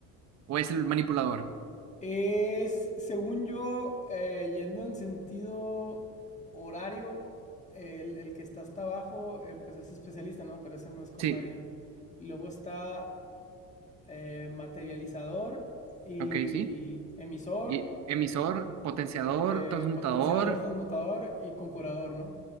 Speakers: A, on the right; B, on the left.
A: O es el manipulador.
B: Es, según yo, eh, yendo en sentido horario, el, el que está hasta abajo, eh, pues es especialista, ¿no? Pero ese no es con
A: Sí,
B: nadie. Y luego está eh, materializador y
A: ok, sí.
B: emisor,
A: Y emisor, potenciador,
B: eh,
A: transmutador.
B: potenciador, transmutador y conjurador, ¿no?